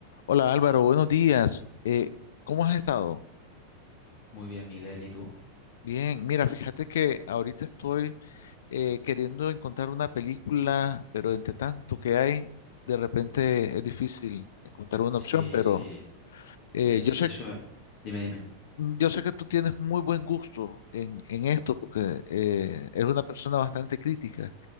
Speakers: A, on the left; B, on the left.
A: Hola Álvaro, buenos días. Eh, ¿cómo has estado?
B: Muy bien, Miguel, ¿y tú?
A: Bien, mira, fíjate que ahorita estoy eh, queriendo encontrar una película, pero entre tanto que hay, de repente es difícil encontrar una
B: Sí,
A: opción, pero
B: sí,
A: eh,
B: es
A: yo sé,
B: eso. Dime, dime.
A: mm, yo sé que tú tienes muy buen gusto en, en esto, porque eh, eres una persona bastante crítica,